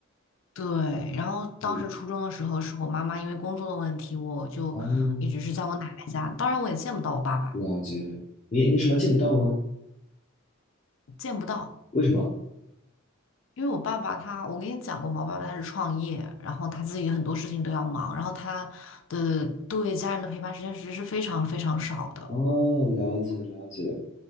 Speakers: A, on the left; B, on the left.
A: 对，然后当时初中的时候，
B: 嗯，
A: 是我妈妈因为工作的问题，我就一直是在我奶奶家，
B: 哦，
A: 当然我也见不到我爸爸，
B: 了解。你你什么见不到吗？
A: 见不到。
B: 为什么？
A: 因为我爸爸他，我跟你讲过嘛，我爸爸他是创业，然后他自己很多事情都要忙，然后他的对家人的陪伴时间其实是非常非常少的。
B: 哦，了解了解。